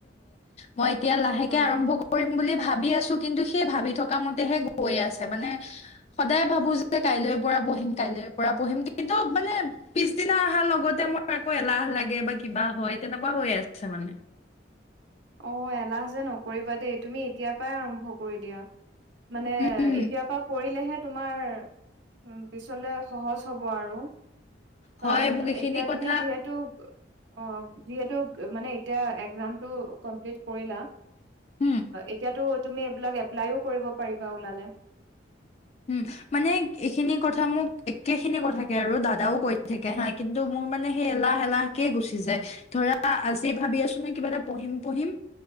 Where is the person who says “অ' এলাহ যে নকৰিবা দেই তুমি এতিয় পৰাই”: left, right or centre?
Right